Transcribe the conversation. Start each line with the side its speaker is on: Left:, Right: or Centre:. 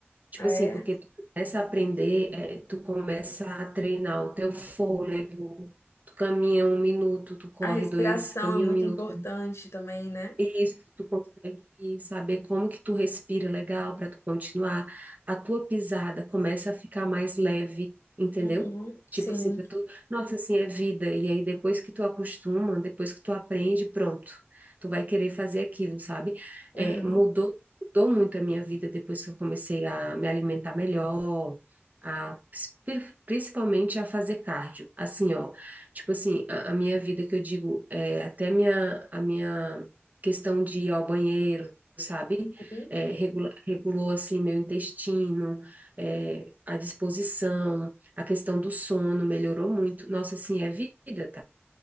Right: Tipo
Left: é.
Right: assim, porque tu começa a aprender, eh, tu começa a treinar o teu fôlego, tu caminha um minuto, tu corre
Left: A respiração
Right: dois, caminha
Left: é muito
Right: um minuto,
Left: importante também, né?
Right: isso, tu consegue saber como que tu respira legal para tu continuar. A tua pisada começa a ficar mais leve, entendeu?
Left: Uhum,
Right: Tipo
Left: sim,
Right: assim, pra tu, nossa, assim é vida. E aí depois que tu acostuma, depois que tu aprende, pronto. Tu vai querer fazer aquilo, sabe? É,
Left: aham,
Right: mudou, mudou muito a minha vida depois que eu comecei a me alimentar melhor, a pri- principalmente a fazer cardio. Assim, ó, tipo assim, a, a minha vida que eu digo, é, até minha, a minha questão de ir ao banheiro, sabe?
Left: uhum.
Right: É, regula- regulou, assim, meu intestino, é, a disposição, a questão do sono melhorou muito. Nossa, assim, é vida, tá?